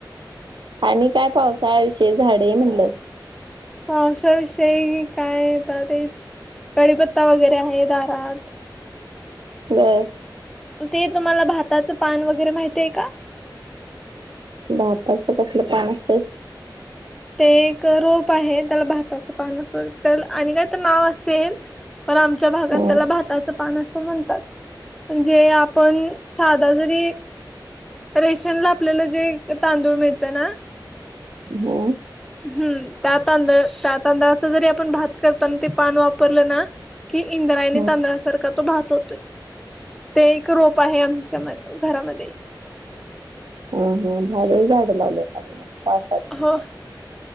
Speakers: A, on the right; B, in the centre.
A: आणि काय पावसाळाविषय झाडे म्हणलं.
B: पावसाविषयी काय आता तेच कडीपत्ता वगैरे आहे दारात.
A: व्हय,
B: ते तुम्हाला भाताचं पान वगैरे माहितीय का?
A: भाताच कसलं पान असतय.
B: ते एक रोप आहे त्याला भाताचं पान असं त्याला आणि काय तर नाव असेल पण आमच्या भागात
A: हम्म
B: त्याला भाताचं पान असं म्हणतात. म्हणजे आपण साधा जरी रेशन ला आपल्याला जे तांदूळ मिळतं ना
A: हम्म
B: हम्म त्या तांद त्या तांदळाच जरी आपण भात करताना ते पान वापरलं ना कि इंद्रायणी
A: हम्म
B: तांदळासारखा तो भात होतोय ते एक रोप आहे आमच्या म घरामध्ये
A: हम्म हम्म भारी झाड लावलं चांगल पावसाच
B: हो